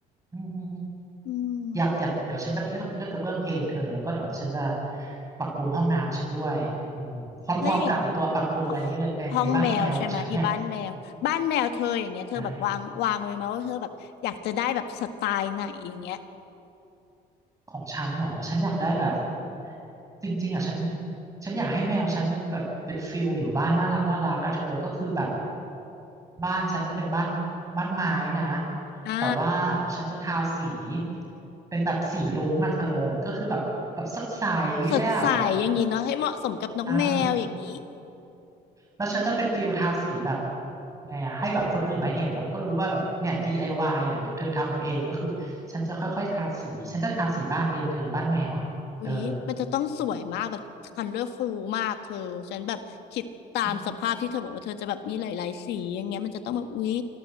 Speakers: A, on the right; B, on the left.
A: อืม
B: ๆอืม
A: อยากอยากเดี๋ยวฉันจะไปเลือกเลือกกระเบื้องเองเธอแล้วก็เดี๋ยวฉันจะปรับปรุงห้องน้ำฉันด้วยอืมพร้อมๆกับไอตัวปรับปรุงอันนี้เลยไอบ้านแมวของฉันเนี่ย
B: แล้วอย่างอ๋อห้องแมวใช่ไหมอีบ้านแมวบ้านแมวเธออย่างเงี้ยเธอแบบวางวางไว้ไหมว่าเธอแบบอยากจะได้แบบสไตล์ไหนอย่างเงี้ย
A: ได้ของฉันหนอฉันอยากได้แบบจริงๆอ่ะฉันฉันอยากให้แมวฉันมันแบบเป็นฟิลอยู่บ้านน่ารักน่ารักอะเธอก็คือแบบบ้านฉันจะเป็นบ้านบ้านไม้นะ
B: อ่า
A: แต่ว่าฉันจะทาสีเป็นแบบสีรุ้งอะเธอก็คือแบบแบบสดใส
B: สดใสอย่างนี้เนาะให้เหมาะสมกับน้องแมวอย่างนี้
A: เลยอะแบบใช่ แล้วฉันจะเป็นฟิลทาสีแบบไงอะให้แบบคนอื่นมาเห็นแล้วก็รู้ว่าแบบเนี่ย DIY เนี่ยแบบเธอทำเองก็คือฉันจะค่อยๆทาสีฉันจะทาสีบ้านเองเธอบ้านแมวอ่ะเออ
B: อุ๊ยมันจะต้องสวยมากแบบคันเลอร์ฟูมากเธอฉันแบบคิดตามสภาพที่เธอบอกว่าเธอจะแบบมีหลายๆสีอย่างเงี้ยมันจะต้องแบบอุ๊ย
A: ฉัน